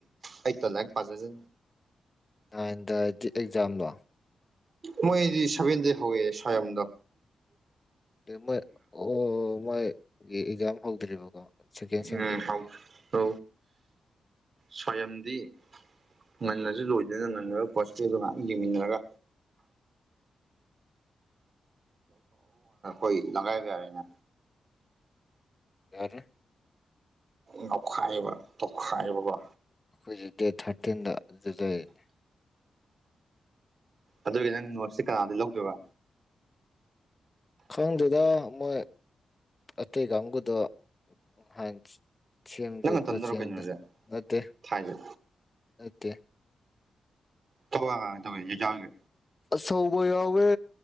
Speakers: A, on the right; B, on the left.
A: ꯑꯩꯠꯇ ꯂꯥꯏꯔꯤꯛ ꯄꯥꯖꯖ
B: ꯅꯥꯏꯟꯗ ꯍꯥꯏꯗꯤ ꯑꯦꯛꯖꯥꯝꯗꯣ
A: ꯃꯣꯏꯗꯤ ꯁꯚꯦꯟꯗ ꯍꯧꯋꯦ ꯁ꯭ꯋꯥꯌꯝꯗꯣ
B: ꯑ ꯃꯣꯏ ꯑꯣ ꯃꯣꯏꯒꯤ ꯑꯦꯛꯖꯥꯝ ꯍꯧꯗ꯭ꯔꯤꯕꯀꯣ ꯁꯦꯀꯦꯟ ꯁꯦꯝꯒꯤ
A: ꯎꯝ ꯍꯥꯎ ꯍ ꯁ꯭ꯋꯥꯌꯝꯗꯤ ꯉꯟꯅꯁꯨ ꯂꯣꯏꯗꯅ ꯉꯟꯅꯒ ꯄꯣꯠꯁꯦꯗꯣ ꯉꯥꯏꯍꯥꯛ ꯌꯦꯡꯃꯤꯟꯅꯒ ꯣꯏ ꯂꯪꯒꯥꯏ ꯀ ꯌꯥꯔꯦꯅꯦ
B: ꯔ
A: ꯅꯣꯛꯈꯥꯏꯕ ꯇꯣꯛꯈꯥꯏꯕꯕ
B: ꯑꯩꯈꯣꯏꯁꯦ ꯗꯦꯠ ꯊꯥꯔꯇꯤꯟꯗ ꯑꯗꯨꯖꯅꯤ
A: ꯑꯗꯨꯒꯤ ꯅꯪ ꯅꯣꯠꯁ ꯀꯅꯥꯗꯤ ꯂꯧꯗꯣꯏꯕ
B: ꯈꯪꯗꯗ ꯃꯣꯏ ꯑꯇꯩ ꯀꯥꯡꯕꯨꯗꯣ ꯍꯥꯏꯅ ꯁꯦꯝꯖꯦ
A: ꯅꯪ ꯅꯊꯟꯗꯔꯣ
B: ꯈꯣꯠꯁꯦꯗ
A: ꯀꯩꯅꯣꯁꯦ
B: ꯅꯠꯇꯦ
A: ꯊꯥꯏꯁꯦ
B: ꯅꯠꯇꯦ
A: ꯊ ꯇ ꯌꯦ ꯌꯥꯥꯎꯒꯦ
B: ꯁꯣ ꯄꯋꯦ